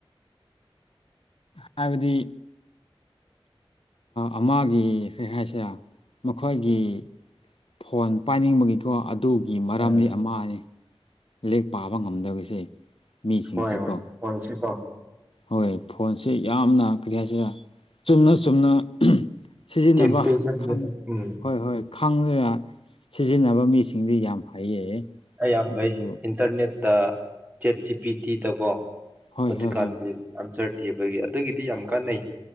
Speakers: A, on the left; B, on the right.
A: ꯍꯥꯏꯕꯗꯤ ꯑꯃꯒꯤ ꯀꯩ ꯍꯥꯏꯁꯤꯔꯥ ꯃꯈꯣꯏꯒꯤ ꯐꯣꯟ ꯄꯥꯏꯅꯤꯡꯕꯒꯤꯀꯣ ꯑꯗ ꯗꯨꯒꯤ ꯃꯔꯝꯗꯤ
B: ꯎꯝ
A: ꯑꯃꯅꯦ ꯂꯤꯛ ꯄꯥꯕ ꯉꯝꯗꯕꯁꯦ ꯃꯤꯁꯤꯡꯁꯤꯀꯣ
B: ꯍꯣꯏ ꯍꯣꯏ ꯐꯣꯟꯁꯤ ꯀꯣ
A: ꯍꯣꯏ ꯐꯣꯟꯁꯦ ꯌꯥꯝꯅ ꯀꯔꯤ ꯍꯥꯏꯁꯤꯔꯥ ꯆꯨꯝꯅ ꯆꯨꯝꯅ ꯁꯤꯖꯤꯟꯅꯕ
B: ꯇꯦꯝꯇꯦꯁꯟꯗꯨꯗ
A: ꯈꯪ
B: ꯎꯝ
A: ꯍꯣꯏ ꯍꯣꯏ ꯈꯪꯂꯒ ꯁꯤꯖꯤꯟꯅꯕ ꯃꯤꯁꯤꯡꯗꯤ ꯌꯥꯝ ꯍꯩꯌꯦ
B: ꯌꯥꯝ
A: ꯑꯗꯨꯕꯨ
B: ꯐꯩ ꯏꯟꯇꯔꯅꯦꯠꯇ ꯆꯦꯠ ꯖꯤ ꯄꯤ ꯇꯤꯗ ꯀꯣ
A: ꯍꯣꯏ
B: ꯍꯧꯖꯤꯛꯀꯥꯟꯗꯤ
A: ꯍꯣꯏ ꯍꯣꯏ
B: ꯑꯟꯁꯔ ꯊꯤꯕꯒꯤ ꯑꯗꯨꯒꯤꯗꯤ ꯌꯥꯝ ꯀꯥꯟꯅꯩ